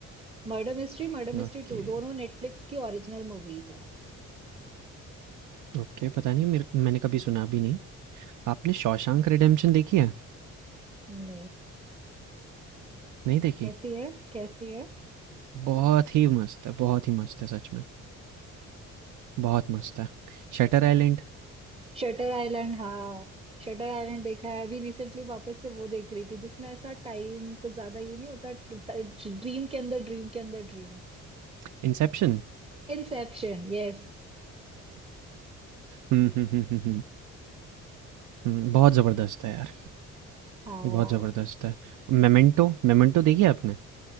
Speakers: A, on the right; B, on the right.
A: Murder mystery murder mystery
B: okay,
A: two दोनों नेटफ्लिक्स की ओरिजिनल मूवीज है
B: okay, पता नहीं मेरे मैंने कभी सुना भी नहीं। आपने शॉशैंक रिडेम्पशन देखी है?
A: नहीं
B: नहीं देखी?
A: कैसी है कैसी है अच्छा.
B: बहुत ही मस्त है, बहुत ही मस्त है सच में, बहुत मस्त है। Shutter Island,
A: शटर आइलैंड हाँ शटर आइलैंड देखा है अभी रिसेंटली वापस से वो देख रही थी जिसमें ऐसा टाइम कुछ ज्यादा ये नहीं होता ड्रीम के अंदर ड्रीम के अंदर ड्रीम
B: Inception?
A: Inception yes
B: हुँ, हुँ, हुँ, हुँ, हुँ, हुँ, बहुत ज़बरदस्त है यार,
A: हाँ
B: बहुत ज़बरदस्त है। मेमेंटो, मेमेंटो देखी है आपने?